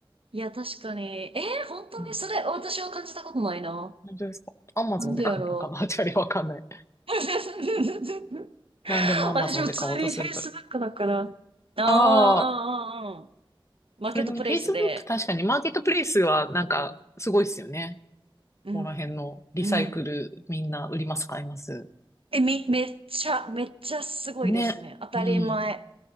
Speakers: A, on the right; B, on the left.
A: いや、確かに。えー、本当にそれ、
B: うん
A: 私は感じたことないな。
B: 本当ですかアマゾンで買ったかなチャリわかんない。
A: なんでやろう。<laughs>
B: なんでもアマゾンで買おうとすると。
A: 私、普通に Facebook だから。ああ、
B: ああ、
A: うんうんうん。マーケットプレイスで。
B: それに Facebook 確かにマーケットプレイスはなんかすごいですよね。
A: うん。うん。
B: ここら辺のリサイクルみんな売ります、
A: うん。
B: 買います。
A: え、め、めっちゃ、めっちゃすごいですね。
B: ね。
A: 当たり前。
B: うん。